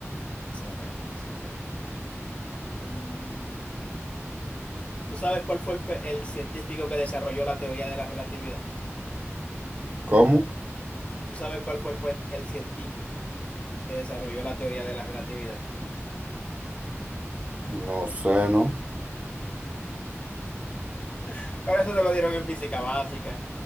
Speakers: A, on the left; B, on the right.
A: Excelente, excelente. Mm, ¿Tú sabes cuál fue el, pe- el científico que desarrolló la teoría de la relatividad?
B: ¿Cómo?
A: ¿Tú sabes cuál fue el, cuen- el científico que desarrolló la teoría de la relatividad?
B: No sé, ¿no?
A: <laughs> Pero eso te lo dieron en física básica.